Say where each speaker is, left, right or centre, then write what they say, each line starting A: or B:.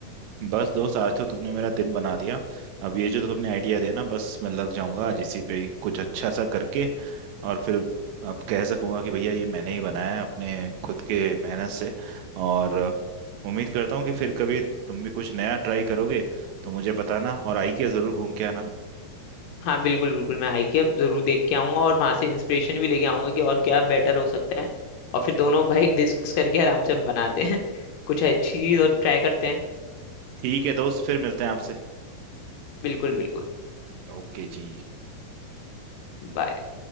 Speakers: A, on the right (about 80°); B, on the left (about 75°).
A: बस दोस्त आज तो तुमने मेरा दिन बना दिया अब ये जो तो तुमने आइडिया दिया ना बस मैं लग जाऊंगा आज इसी पे ही कुछ अच्छा सा करके और फिर अब कह सकूंगा कि भैया ये मैंने ही बनाया है अपने खुद के मेहनत से और उम्मीद करता हूँ कि फिर कभी तुम भी कुछ नया ट्राई करोगे तो मुझे बताना और आई के जरूर घूम के आना
B: हाँ बिल्कुल बिल्कुल मैं आई की अब जरूर देख के आऊंगा और वहां से इंस्पिरेशन भी लेके आऊंगा कि और क्या बेटर हो सकता है और फिर दोनों भाई डिस्कस करके आराम से बनाते हैं <laughs> कुछ अच्छी चीज और ट्राई करते हैं
A: ठीक है दोस्त फिर मिलते हैं आपसे
B: बिल्कुल बिल्कुल
A: ओके जी
B: Bye.